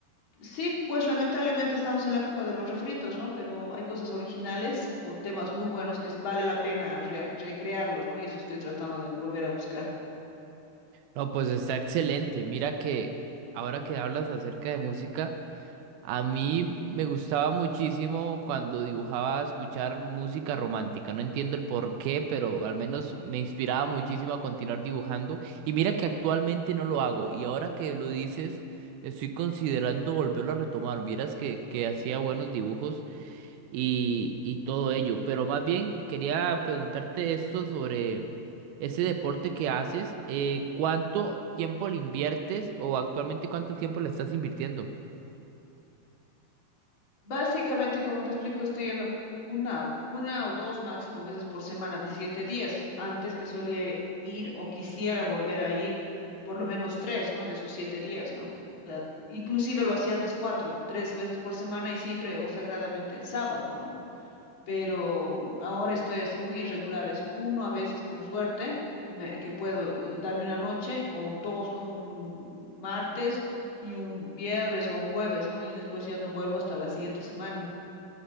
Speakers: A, on the left (about 35°); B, on the right (about 80°).
A: sí, pues lamentablemente estamos en la época de los refritos, ¿no? Pero hay cosas originales o temas muy buenos que es- vale la pena re- recrearlos, ¿no? Y eso estoy tratando de volver a buscar.
B: No, pues está excelente. Mira que ahora que hablas acerca de música. A mí me gustaba muchísimo cuando dibujaba escuchar música romántica. No entiendo el por qué, pero al menos me inspiraba muchísimo a continuar dibujando. Y mira que actualmente no lo hago. Y ahora que lo dices, estoy considerando volverlo a retomar. Vieras que, que hacía buenos dibujos y, y todo ello. Pero más bien quería preguntarte esto sobre ese deporte que haces. Eh, ¿cuánto tiempo le inviertes o actualmente cuánto tiempo le estás invirtiendo?
A: Básicamente, como te explico, estoy yendo una, una o dos máximo veces por semana de siete días. Antes que solía ir o quisiera volver a ir por lo menos tres, ¿no? De esos siete días, ¿no? O sea, inclusive lo hacía antes cuatro, tres veces por semana y siempre o sagradamente en sábado, ¿no? pero ahora estoy así muy irregulares uno a veces con suerte que me que puedo darme una noche o dos, ¿no? Un martes y un viernes o un jueves, ¿no? Y después ya no vuelvo hasta la siguiente semana.